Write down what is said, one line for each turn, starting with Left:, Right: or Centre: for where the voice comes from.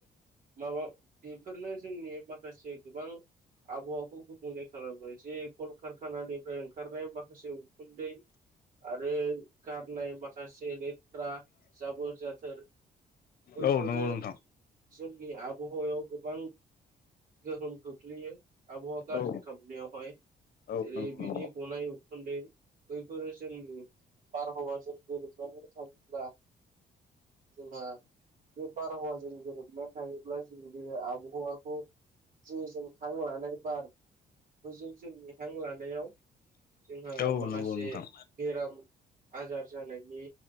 Right: माबा बे जोंनि माखासे गोबां आबहावाखौ गुबुंले खालामो जे कलकारखानानिफ्राय ओंखारनाय माखासे उखुन्दै आरो गारनाय माखासे नेटफ्रा जाबोर जाथोर बैफोरो
Left: औ नंगौ नोंथां।
Right: जोंनि आबहायाव गोबां गोहोम खोख्लैयो आबहावा गाज्रि
Left: औ
Right: खालामनायावहाय
Left: औ
Right: जेरै
Left: नंगौ
Right: बिनि
Left: नंगौ
Right: गनाय उखुन्दै बैफोरो जोंनि बारहावाजों गोरोबनानै थाङोब्ला जोंहा बे बारहावाजों गोरोबनानै थायोब्ला जों बे आबहावाखौ जे जों हां लानाय बार बोजे जोंनि हां लानायाव जोंहा
Left: औ
Right: माखासे
Left: नंगौ नोंथां
Right: बेराम आजार जानायनि